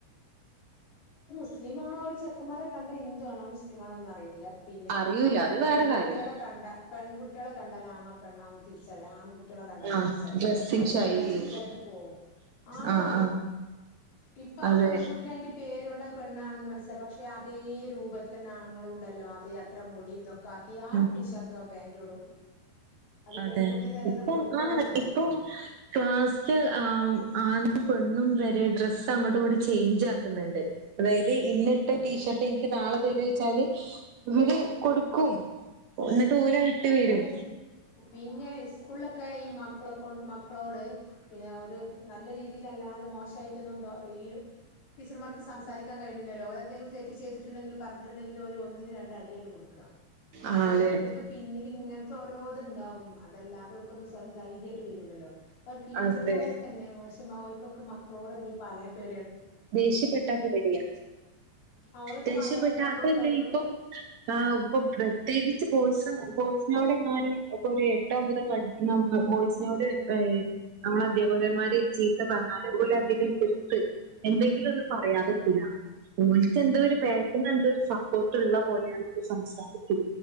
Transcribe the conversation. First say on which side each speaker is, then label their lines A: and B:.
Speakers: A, on the left; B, on the right.
A: മുസ്ലീമാണോ ഒരു ചെക്കന്മാരെ കണ്ടാ ഹിന്ദു ആണോ മുസ്ലീമാണോന്ന് അറിയുന്നില്ല. പിന്നെ
B: അറിയൂല അത്
A: പെൺകുട്ടികളെ
B: വേറെ കാര്യം
A: കണ്ടാ പെൺകുട്ടി കുട്ടികളെ കണ്ടാൽ ആണോ പെണ്ണാന്നു തിരിച്ചറിയില്ല. ആൺകുട്ടികളെ കണ്ടാലും
B: ആഹ്
A: തിരിച്ചറിയില്ല.
B: ഡ്രസ്സിങ്
A: ഒക്കെ ഒരേ
B: ശൈലി
A: വേഷത്തിലായിട്ട് പോകും. ആണ്,
B: ആഹ് ആഹ്
A: ഇപ്പ
B: അതെ
A: പെങ്കുട്ടി അതിൻ്റെ പേര് <unintelligible> പെണ്ണാണെന്ന് മനസ്സിലാക്കാം. പക്ഷെ അതേ രൂപത്തി തന്നെ ആണുങ്ങളും ഉണ്ടല്ലോ. അതേ അത്ര മുടിയും ഇതൊക് കാക്കി ആ
B: ഉം
A: ടീഷർട്ടും പാൻ്റും ഇടും. അത്
B: അതെ.
A: പെൺകുട്ടിന്നതിലന്നെ
B: ഇപ്പം
A: കൊടുത്തോണ്ട്
B: ആ
A: പെൺകുട്ടിയാണെന്ന്
B: ഇപ്പം
A: മനസ്സിലാവും
B: കാസ്റ്റ്‌ ആ ആണും പെണ്ണും വേ ഈ ഡ്രസ് അങ്ങോട്ടും ഇങ്ങോട്ടും ചേഞ്ച് ആക്കുന്നൊണ്ട്. അതായത് എടീ ഇന്നിട്ട
A: ആഹ്
B: ടീഷർട്ട് എനിക്ക് നാളെ തരോച്ചാല് ഇവര് കൊടുക്കും. എന് ന്ട്ട് ഓലെ ഇട്ട്
A: അതാണ്
B: വരും.
A: പിന്നെ ഇസ്കൂളിലൊക്കെ ഈ മക്കളെ കൊ മക്കളോട് പിന്നെ ഒരു നല്ല രീതിയിലല്ലാതെ മോശം ട്ടൊന്നും ഈ ടീച്ചർമാർക്ക് സംസാരിക്കാൻ കഴിയുന്നില്ലല്ലോ ഓരോന്തെങ്കിലും തെറ്റ് ചെയ്തിട്ടുണ്ടെങ്കിൽ പറഞ്ഞിട്ടുണ്ടെങ്കിൽ ഒരു ഒന്നിന് രണ്ടടി അങ്ങ്ട് കൊടുക്ക
B: ആഹ്
A: അത്
B: അതെ
A: അയിന്റൊക്കെ ൽ ഇങ്ങൻത്തെ ഓരോത് ഇണ്ടാകും അതല്ലാതെ ഓൽക്കൊന്നും സ്വയം ധൈര്യട്ട് വരൂലല്ലോ പ്പം ടീച്ചർമാർക്കെന്നെ
B: അതെ
A: ശ <unintelligible> ഓൽക്കൊക്കെ മക്കളോട് എന്തേ പറയാൻ പേ
B: ദേഷ്യപ്പെട്ടാ പേടിയ
A: ആ ഓലൊക്കെ
B: ദേഷ്യപ്പെട്ട
A: മാതാപിതാക്കളോട്
B: അതല്ല
A: പറയും ഇങ്ങള്
B: ഇപ്പം ആ ഇപ്പൊ പ്രത്യേകിച്ച് ബോയിസ് ബോയ്സിനോടെങ്ങാനും ഇപ്പൊ ഒരു എട്ടൊ ഒമ്പതോ പഠിക്കുന്ന ബോയ്സിനോട് ഏ നമ്മളെ അധ്യാപകർമാര് ചീത്ത പറഞ്ഞാല് ഓല് അതിനെ എതിർത്ത് എന്തെങ്കിലും ഒന്നും പറയാതെ ക്കൂലാ ഓൽക്ക് എന്തോ ഒരുബേക്ക് ന്ന് എന്തോ ഒരു സപ്പോർട്ട്ള്ള പോലെയാണ് സംസാരത്തിൽ